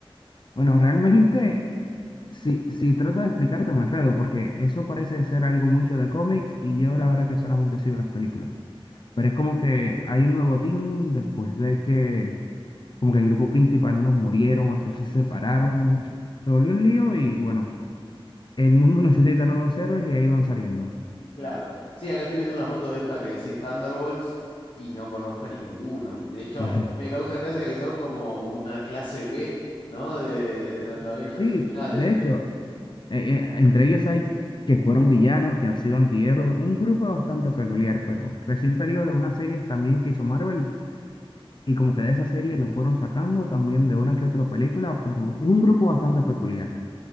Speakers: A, on the left; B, on the left.
A: Bueno, realmente, si, si trato de explicarte me enredo porque eso parece ser algo mucho de cómics y yo la verdad que solamente sigo las películas. Pero es como que hay un nuevo team después de que, como que el grupo principal, unos murieron, otros se separaron, se volvió un lío y bueno, el mundo <laughs> necesita nuevos héroes y ahí van saliendo.
B: Claro. Sí, acá estoy viendo una foto de esta que decís Thunderbolts y no conozco a ninguno. De hecho,
A: Ujú.
B: me causa gracia que son como una clase B, ¿no? De, de los Avengers
A: Sí,
B: originales.
A: de hecho, eh, eh, entre ellos hay que fueron villanos, que han sido antihéroes, un grupo bastante peculiar, pero recién salió de unas series también que hizo Marvel y como que de esas series lo fueron sacando también de una que otra película, pero es un grupo bastante peculiar.